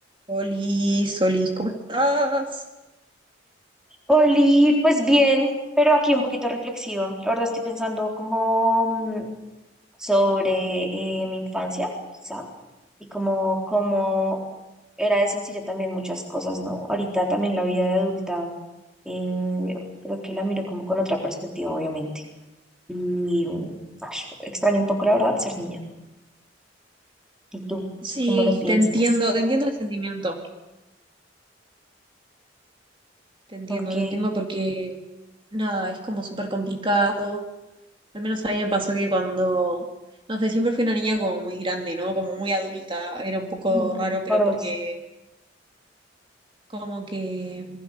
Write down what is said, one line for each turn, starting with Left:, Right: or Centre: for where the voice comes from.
Right: Oli, Solís, ¿cómo estás?
Centre: Oli, pues bien, pero aquí un poquito reflexiva. La verdad estoy pensando como mm, sobre eh, mi infancia, quizá, y como, como era de sencilla también muchas cosas, ¿no? Ahorita también la vida de adulta, eh, creo que la miro como con otra perspectiva, obviamente. Y mm, ash, extraño un poco, la verdad, ser niña. ¿Y tú
Right: Sí,
Centre: cómo lo piensas?
Right: te entiendo, te entiendo el sentimiento, te entiendo,
Centre: Ok.
Right: te entiendo porque nada, es como súper complicado. Al menos a mí me pasó que cuando, no sé, siempre fui una niña como muy grande, ¿no? Como muy adulta, era un poco
Centre: Ujú,
Right: raro, pero
Centre: Por
Right: porque
Centre: dos.
Right: como que